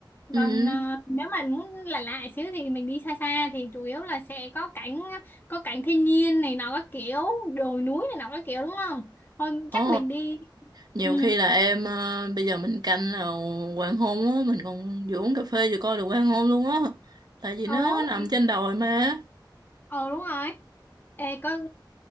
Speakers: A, on the right; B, on the left.
A: Ừ.
B: còn ờ, nếu mà muốn lạ lạ xíu thì mình đi xa xa thì chủ yếu là sẽ có cảnh có cảnh thiên nhiên này nọ các kiểu đồi núi này nọ các kiểu đúng không thôi chắc
A: Ồ,
B: mình đi
A: nhiều
B: ừ
A: khi là em ờ, bây giờ mình canh là hoàng hôn á, mình còn vừa uống cà phê vừa coi được hoàng hôn luôn á. Tại vì
B: ờ
A: nó nằm
B: thì-
A: trên đồi mà.
B: ờ đúng rồi Ê, có